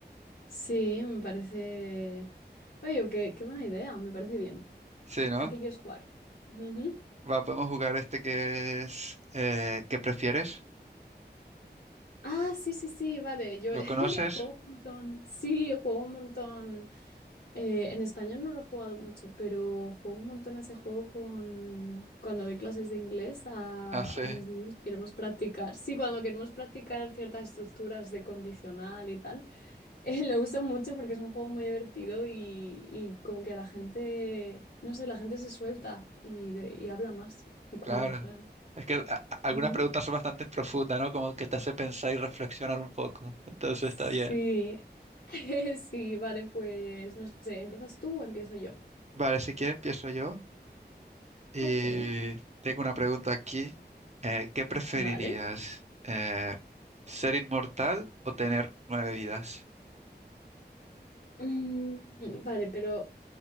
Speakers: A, on the left; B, on the right.
A: Sí, me parece... Oye, qué, qué buena idea, me parece bien.
B: Sí, ¿no?
A: ¿A qué quieres jugar? Ujú.
B: Va, podemos jugar este que es... eh, ¿qué prefieres?
A: Ah, sí, sí, sí, vale. Yo
B: ¿Lo
A: <laughs> eh,
B: conoces?
A: juego un montón. Sí, juego un montón. Eh, en español no lo he jugado mucho, pero juego un montón a ese juego con... cuando doy clases de inglés a,
B: Ah, sí,
A: a mis niños y queremos practicar. Sí, cuando queremos practicar ciertas estructuras de condicional y tal. <laughs> Eh, lo uso mucho porque es un juego muy divertido y, y como que a la gente, no sé, la gente se suelta y, de- y habla más <laughs>
B: claro.
A: cuando juega.
B: Es que a- a- algunas
A: Ujú.
B: preguntas son bastante profundas, ¿no? Como que te hace pensar y reflexionar un poco. Entonces
A: Sí,
B: está bien.
A: <laughs> sí, vale, pues no sé, ¿empiezas tú o empiezo yo?
B: Vale, si quieres empiezo yo. Y
A: Ok,
B: tengo una pregunta aquí. Eh, ¿qué preferirías?
A: vale.
B: Eh, ¿ser inmortal o tener nueve vidas?
A: Mm, mm, vale, pero